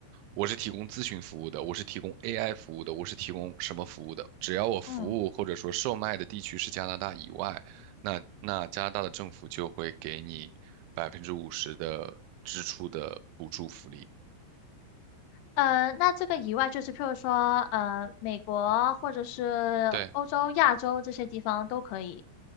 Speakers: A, on the right (about 85°); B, on the left (about 75°).
A: 我是提供咨询服务的，我是提供 AI 服务的，我是提供什么服务的，只要我服务或者说售卖的地区是加拿大以外，
B: 嗯。
A: 那那加拿大的政府就会给你百分之五十的支出的补助福利，
B: 呃，那这个以外，就是譬如说，呃，美国或者是欧洲、
A: 对，
B: 亚洲这些地方都可以。